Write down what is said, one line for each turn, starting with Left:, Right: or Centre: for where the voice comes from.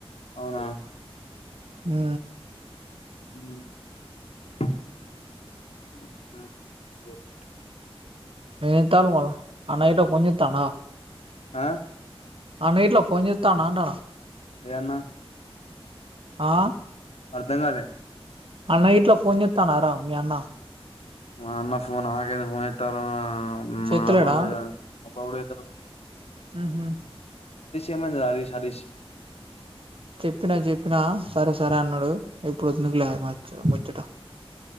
Left: అవునా
Right: హూ
Left: హ <unintelligible>
Right: ఏం చేతాల్లు మల్ల అన్న గిట్ల ఫోన్ చేస్తుండ
Left: ఆ
Right: అన్న గిట్ల ఫోన్ చేతాడానంటాన
Left: ఏ అన్న
Right: ఆ
Left: అర్ధం కాలే
Right: అన్న గిట్ల ఫోన్ చేస్తాండారా మీ అన్నా
Left: మా అన్న ఫోన్ నాకెందుకు ఫోన్ ఎస్తారు
Right: చేత్తలేడా
Left: నార్మల్గా అప్పుడప్పుడు చేస్తాడు
Right: హూ హు
Left: ఏమైందిరా హారిస్ హారిష్
Right: చెప్పినా చెప్పినా సరే సరే అన్నాడు ఇప్పుడు వద్కులే ఆ ముచ్చట